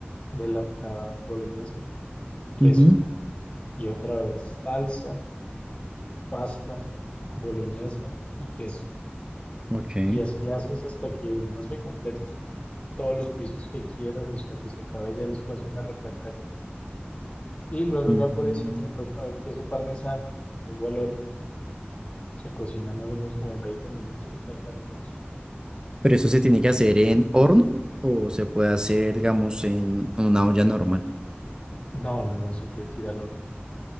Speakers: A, on the left; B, on the right.
A: de la, la boloñesa, queso
B: ujú,
A: y otra vez salsa, pasta, boloñesa y queso.
B: Ok.
A: Y así haces hasta que, no sé, completes todos los pisos que quieras, hasta que se acabe ya el espacio en la refractaria. Y luego
B: Mm,
A: ya por encima le puedes poner queso parmesano, luego al horno. Se cocina más o menos como en 20 minutos, 30 minutos.
B: Pero eso se tiene que hacer
A: También-
B: en horno o se puede hacer, digamos, en una olla normal.
A: No, no, no, se tiene que ir al horno.